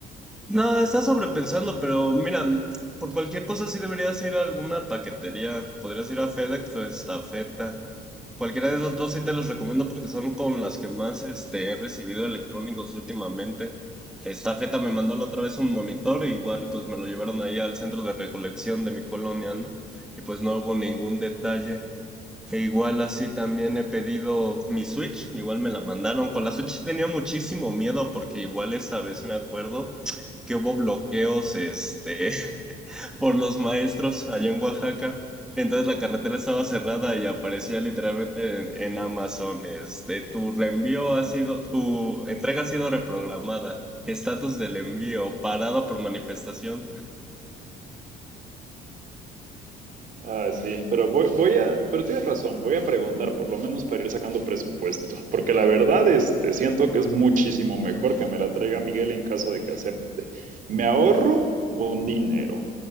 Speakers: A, in the centre; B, on the right.
A: No, estás sobrepensando, pero mira, por cualquier cosa sí deberías ir a alguna paquetería. Podrías ir a FedEx o Estafeta. Cualquiera de esas dos sí te los recomiendo porque son con las que más este, he recibido electrónicos últimamente. Estafeta me mandó la otra vez un monitor, e igual pues me lo llevaron ahí al centro de recolección de mi colonia, ¿no? Y pues no hubo ningún detalle. E igual así también he pedido mi Switch, igual me la mandaron. Con la Switch tenía muchísimo miedo porque igual esa vez me acuerdo que hubo bloqueos este, <laughs> por los maestros allá en Oaxaca. Entonces la carretera estaba cerrada y aparecía literalmente en, en Amazon, este, tu reenvío ha sido, tu entrega ha sido reprogramada, estatus del envío, parado por manifestación.
B: Ah, sí, pero voy, voy a, pero tienes razón, voy a preguntar por lo menos para ir sacando presupuesto, porque la verdad, este, siento que es muchísimo mejor que me la traiga Miguel en caso de que acepte. Me ahorro un dinero,